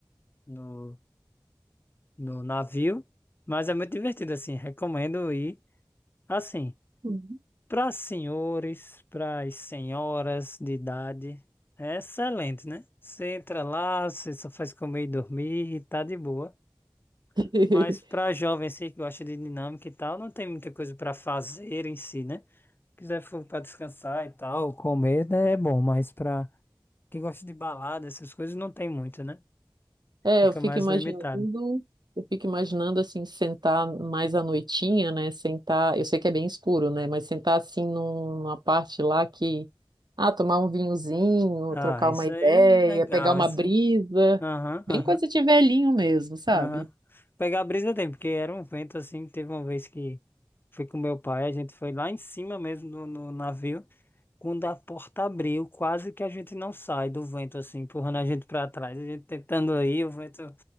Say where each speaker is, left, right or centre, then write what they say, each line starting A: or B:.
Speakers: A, on the left (about 25°); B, on the right (about 65°).
A: no, no navio, mas é muito divertido, assim, recomendo ir, assim,
B: Uhum.
A: para senhores, para as senhoras de idade, é excelente, né? Você entra lá, você só faz comer e dormir e tá de boa,
B: <laughs>
A: mas para jovens assim, que gosta de dinâmica e tal, não tem muita coisa para fazer em si, né? quiser for para descansar e tal, comer, né, é bom, mas para quem gosta de balada, essas coisas, não tem muito, né?
B: É,
A: Fica
B: eu fico
A: mais
B: imaginando,
A: limitado.
B: eu fico imaginando assim, sentar mais à noitinha, né? Sentar, eu sei que é bem escuro, né? Mas sentar assim num- numa parte lá que, ah, tomar um vinhozinho,
A: Ah,
B: trocar
A: isso
B: uma ideia,
A: aí, legal.
B: pegar uma
A: Isso...
B: brisa,
A: aí. Aham,
B: bem
A: aham,
B: coisa de velhinho mesmo, sabe?
A: aham. Pegar a brisa tem, porque era um vento assim. Teve uma vez que fui com meu pai, a gente foi lá em cima mesmo no, no navio. Quando a porta abriu, quase que a gente não sai do vento assim, empurrando a gente pra trás. A gente tentando ir, o vento,